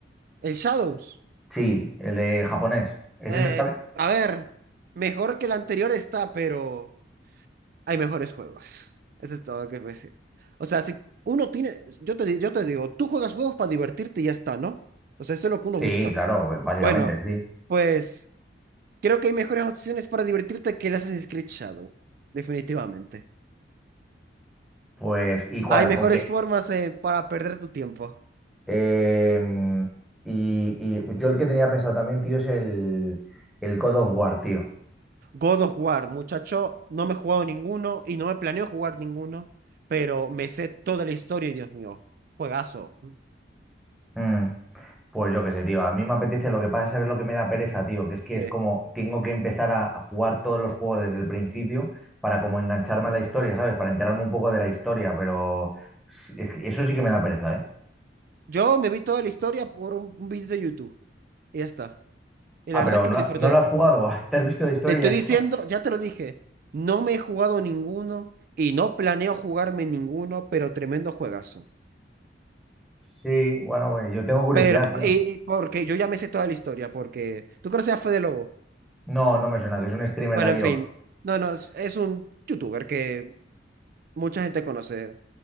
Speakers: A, on the right; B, in the centre.
A: el Shadows.
B: Sí, el de japonés. Ese
A: Eh,
B: no está
A: a ver, mejor que el anterior está, pero... hay mejores juegos. Eso es todo lo que voy a decir. O sea, si uno tiene, yo te, di- yo te digo, tú juegas juegos para divertirte y ya está, ¿no? O sea, eso es lo que uno
B: Sí,
A: busca.
B: claro, básicamente,
A: Bueno,
B: sí.
A: pues creo que hay mejores opciones para divertirte que el Assassin's Creed Shadow, definitivamente.
B: Pues, ¿y cuál?
A: Hay mejores
B: Porque,
A: formas eh, para perder tu tiempo.
B: em, y, y yo el que tenía pensado también, tío, es el, el God of War, tío.
A: God of War, muchacho, no me he jugado ninguno y no me planeo jugar ninguno, pero me sé toda la historia y Dios mío, juegazo.
B: Mm, pues yo qué sé, tío, a mí me apetece, lo que pasa es saber lo que me da pereza, tío, que es que
A: ¿Qué?
B: es como, tengo que empezar a a jugar todos los juegos desde el principio para como engancharme a la historia, ¿sabes? Para enterarme un poco de la historia, pero es que eso sí que me da pereza, ¿eh?
A: Yo me vi toda la historia por un un video de YouTube. Y ya está. Y
B: Ah,
A: la verdad
B: pero
A: es que
B: no,
A: lo disfruté.
B: no lo has jugado, <laughs> te has visto la historia
A: Te estoy
B: y ya está.
A: diciendo, ya te lo dije, no me he jugado ninguno y no planeo jugarme ninguno, pero tremendo juegazo.
B: Sí, bueno, pues yo tengo curiosidad,
A: Pero,
B: tío.
A: y y porque yo ya me sé toda la historia, porque tú conoces a Fede Lobo.
B: No, no me suena, que es un streamer
A: Bueno,
B: de allí.
A: en fin,
B: o qué.
A: no, no, es es un youtuber que mucha gente conoce.